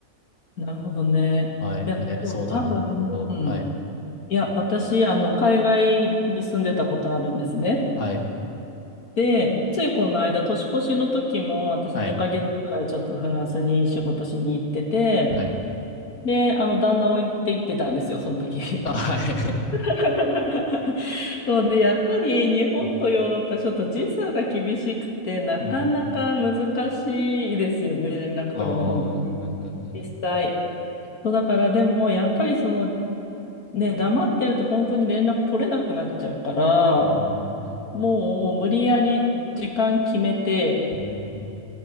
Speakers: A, on the left (about 75°); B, on the left (about 55°).
A: なるほどね。
B: はい、
A: いや、
B: みたいな相談なんですけど、
A: でも多分、うん。
B: はい、
A: いや、私、あの、海外に住んでたことあるんですね。
B: はい、
A: で、ついこの間、年越しの時も、私2ヶ月ぐらいちょっとフランスに仕事しに行ってて、
B: はい、はい。
A: で、あの、旦那を置いて行ってたんですよ、その時。
B: あ、はい。
A: <laughs> そうで、やっぱり日本とヨーロッパ、
B: <laughs>
A: ちょっと時差が厳しくて、なかなか難しいですよね、
B: うん、うん、うん。
A: 連絡取るの、
B: ああー、
A: 本当に。
B: うん、うん、うん、
A: 実際。そうだから、でも、やっぱりその、ね、黙ってると本当に連絡取れなくなっちゃうから、
B: うん、うん、
A: もう無理やり時間決めて、
B: うん、うん、